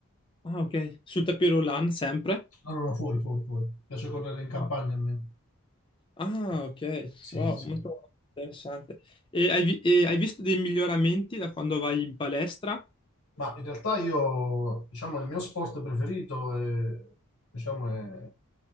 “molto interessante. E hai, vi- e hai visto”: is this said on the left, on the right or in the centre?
Left